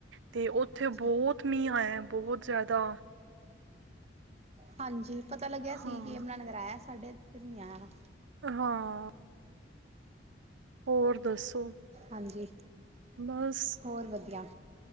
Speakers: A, on the right; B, on the right.
A: ਤੇ ਉੱਥੇ
B: ਅੱਛਾ
A: ਬਹੁਤ ਮੀਂਹ ਆਇਆ ਬਹੁਤ ਜ਼ਿਆਦਾ।
B: ਹਾਂਜੀ ਪਤਾ ਲੱਗਿਆ
A: ਹਾਂ
B: ਸੀ ਕਿ ਯਮੁਨਾਨਗਰ ਆਯਾ ਸਾਡੇ ਇੱਧਰ ਨੀ ਆਇਆ।
A: ਹਾਂ। ਹੋਰ ਦੱਸੋ।
B: ਹਾਂਜੀ।
A: ਬਸ।
B: ਹੋਰ ਵਧੀਆ।